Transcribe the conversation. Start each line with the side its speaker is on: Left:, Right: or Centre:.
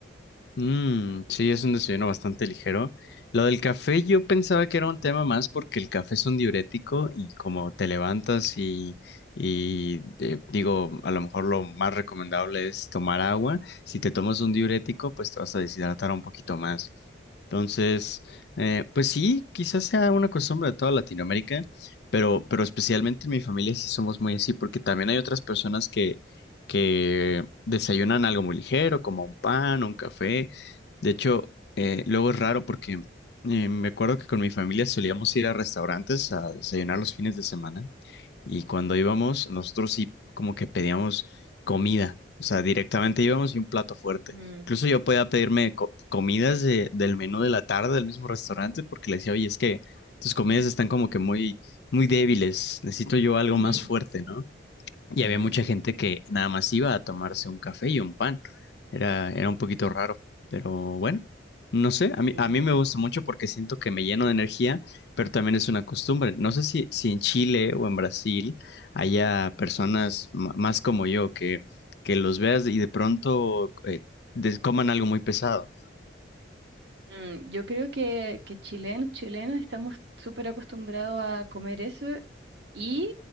Left: Mm, sí, es un desayuno bastante ligero. Lo del café yo pensaba que era un tema más porque el café es un diurético y como te levantas y, y, eh, digo, a lo mejor lo más recomendable es tomar agua. Si te tomas un diurético, pues te vas a deshidratar un poquito más. Entonces, eh, pues sí, quizás sea una costumbre de toda Latinoamérica, pero, pero especialmente en mi familia sí somos muy así porque también hay otras personas que que desayunan algo muy ligero, como un pan, un café. De hecho, eh, luego es raro porque eh, me acuerdo que con mi familia solíamos ir a restaurantes a desayunar los fines de semana y cuando íbamos, nosotros sí como que pedíamos comida, o sea, directamente íbamos y un plato fuerte.
Right: Mm,
Left: Incluso yo podía pedirme co- comidas de- del menú de la tarde del mismo restaurante porque le decía, oye, es que tus comidas están como que muy, muy débiles, necesito yo algo
Right: <laughs> ujú,
Left: más fuerte, ¿no? y
Right: ujú,
Left: había mucha gente que nada más iba a tomarse un café y un pan. Era, era un poquito raro, pero bueno, no sé, a mí,
Right: sí.
Left: a mí me gusta mucho porque siento que me lleno de energía, pero también es una costumbre. No sé si, si en Chile o en Brasil haya personas ma- más como yo que, que los veas y de pronto eh, des- coman algo muy pesado.
Right: Mm, yo creo que, que chilenos, chilenos estamos súper acostumbrados a comer eso y